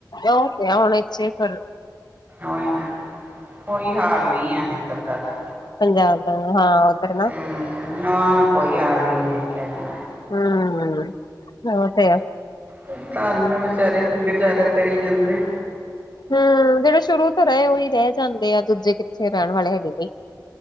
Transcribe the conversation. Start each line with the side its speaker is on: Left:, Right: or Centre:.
Left: ਓਕੇ ਹਲਾ ਇਛੇ ਫੱਲ
Right: ਉਹੀ ਨਾ ਕੋਈ ਹਾਲ ਨਹੀਂ ਆ ਇੱਧਰ ਦਾ ਤੇ,
Left: ਪੰਜਾਬ ਦਾ ਹਾਂ ਉੱਧਰ ਨਾ,
Right: ਹਮ ਕੋਈ ਹਾਲ ਹੀ ਨੀ ਵੇਖਿਆ ਜਾਣਾ
Left: ਹੂੰ, ਔ ਤੇ ਹੈ।
Right: ਤਾਂ ਧੰਨ ਨੇ ਵਿਚਾਰੇ ਗੁਜ਼ਾਰਾ ਕਰੀ ਜਾਂਦੇ।
Left: ਹਾ ਜਿਹੜੇ ਸ਼ੁਰੂ ਤੋਂ ਰਹੇ ਉਹੀ ਰਹਿ ਜਾਂਦੇ ਆ ਦੂਜੇ ਕਿੱਥੇ ਰਹਿਣ ਵਾਲੇ ਹੈਗੇ ਪਈ।